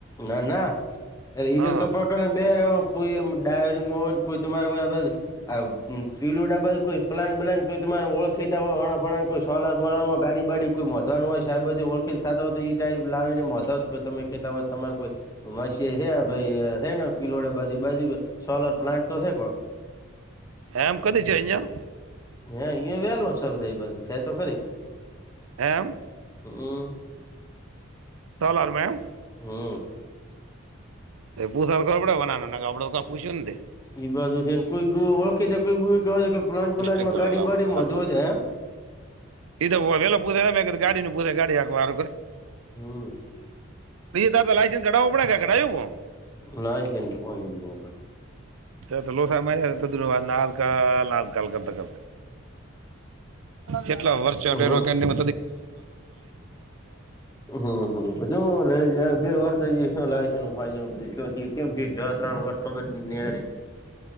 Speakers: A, on the left; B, on the right.
A: ના ના અરે ઈ
B: હા
A: તો તપક બે કોઈ ડાઈવિંગ કોઈ તમારે કોઈ આ પીલુંડાબ કોઈ પ્લાન પ્લાન તમારે ઓળખીતા હોય વણાફળ કોઈ સોલાર બોલ માં ગાડી બાડી કોઈ મોોવાનું હોય સાહેબધી વળખે થતા હોય ઈ ટાઈપ લાવીને નતા હોત તમે કહેતા હોય તમારે કોઈ ઉમા શી છે ભાઈ થને પિલોડ બધી બધી સોલર પ્લાન્ટ તો છે કોક
B: એમ કદી છેઈયા
A: હે ઈ વ્યાલ ન ચાલ થ બા સે તો ખરી
B: એમ
A: હમ
B: સોલારમાં એમ
A: હમ
B: તો પૂસા તો ખબડેના ના આપડ તો કઈ પૂછ્યું ને
A: એઈ બાધુ થ ને કોઈ ઓળખી દ કો કય પ્લાન્ટ
B: ડિસ્ટિંગ
A: પ્લાન્ટ માં
B: કરવા
A: ગાડી
B: લાવું
A: બાાડીમાં
B: આખવા
A: હોય
B: એ તોવેલા પ પોતા ગડીનીુ ગાડી પણ
A: હમ
B: ત લસન્સ ઘાવવો પડે્યું
A: ના છેને તો કોઈ એ ન
B: તો લોકસાહેબ માન વા આજકાલ આજકાલ કરતા કરતા કેટલા વર્ષો
A: હમ
B: લ ડઉ હતું
A: હમધું બે વર્ષ શું લાવ છેાય ત્રણ વર્ કબર નિહારી